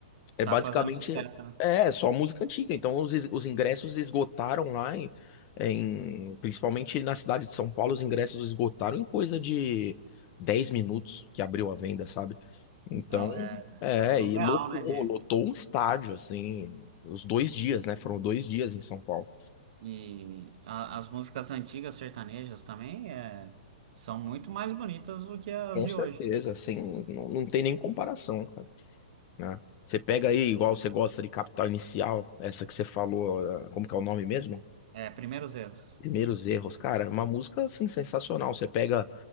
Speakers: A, on the left; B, on the right.
A: é
B: Tá
A: basicamente
B: fazendo sucesso, né?
A: é só música antiga. Então os, es- os ingressos esgotaram lá em, em- principalmente na cidade de São Paulo, os ingressos esgotaram em coisa de 10 minutos que abriu a venda, sabe? Então,
B: Então, é,
A: é,
B: é surreal,
A: e lotou,
B: né? De,
A: lotou um estádio assim, os dois dias, né? Foram dois dias em São Paulo.
B: E a- as músicas antigas sertanejas também é, são muito mais bonitas do que as
A: Com
B: de
A: certeza,
B: hoje.
A: assim, não, não tem nem comparação, cara, né? Você pega aí, igual você gosta de Capital Inicial, essa que você falou, eh, como que é o nome mesmo?
B: É, Primeiros Erros,
A: Primeiros erros, cara, é uma música assim sensacional. Você pega